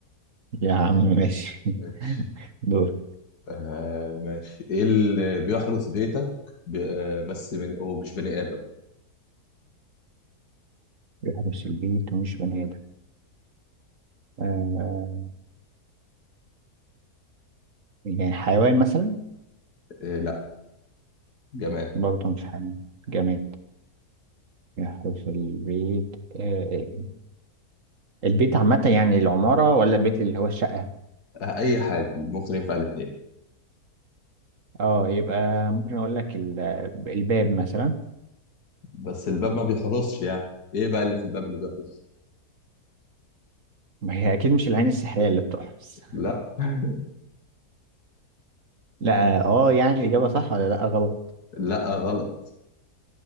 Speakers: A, on the right; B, on the left.
A: يا عم ماشي <laughs>
B: ماشي
A: دور
B: آه ماشي ايه اللي بيحرس بيتك ب- آه، بس من هو مش بني ادم
A: بيحرس البيت ومش بني آدم آه، يعني حيوان مثلا
B: آه لا جماد
A: برضه مش حيوان جماد يحرس البيت آه، آه، البيت عامة يعني العمارة ولا البيت اللي هو الشقة
B: آه اي حاجه ممكن ينفع الاثنين
A: اه يبقى ممكن اقول لك ال- الباب مثلا
B: بس الباب ما بيحرسش يعني ايه بقى اللي في الباب اللي بيحرس
A: ما هي اكيد مش العين السحرية اللي بتحرس
B: لا <laughs>
A: لا اه آه، يعني الإجابة صح ولا لا غلط
B: لا غلط